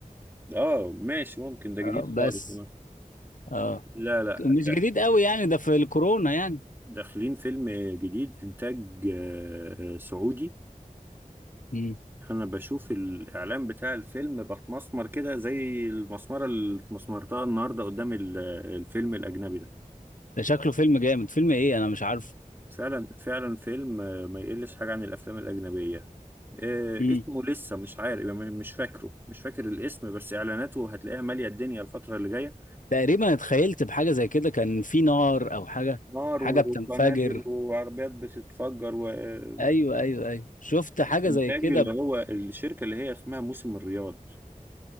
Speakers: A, on the right; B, on the left.
A: اه ماشي ممكن ده جديد
B: آه،
A: خالص
B: بس
A: كمان
B: اه
A: لا لا
B: مش
A: ده
B: جديد قوي يعني ده في الكورونا يعني
A: داخلين فيلم جديد انتاج آه، آه، سعودي
B: مم.
A: انا بشوف الاعلان بتاع الفيلم بتمسمر كده زي المسمره اللي اتمسمرتها النهارده قدام ال- الفيلم الاجنبي ده
B: ده شكله فيلم جامد فيلم ايه انا مش عارف
A: فعلا فعلا فيلم آه، ما يقلش حاجة عن الأفلام الأجنبية آه،
B: مم.
A: اسمه لسه مش عارف يعني مش فاكره مش فاكر الاسم بس إعلاناته هتلاقيها مالية الدنيا الفترة اللي جاية
B: تقريبا اتخيلت بحاجة زي كده كان في نار او حاجة
A: نار
B: حاجة
A: وقنابل
B: بتنفجر
A: وعربيات بتتفجر وإنتاج
B: ايوه ايوه ايوه شفت حاجة
A: إنتاج
B: زي كده
A: اللي
B: ب-
A: هو الشركة اللي هي اسمها موسم الرياض